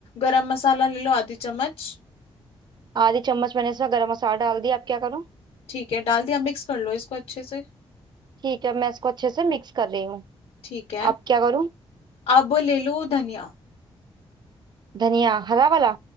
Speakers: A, on the left; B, on the right.
A: गरम मसाला ले लो आधी चम्मच
B: आधी चम्मच मैंने इसमें गरम मसाला डाल दिया अब क्या करूँ
A: ठीक है डाल दिया मिक्स कर लो इसको अच्छे से
B: ठीक है मैं इसको अच्छे से मिक्स कर रही हूँ
A: ठीक है
B: अब क्या करूँ
A: अब ले लो धनिया
B: धनिया हरा वाला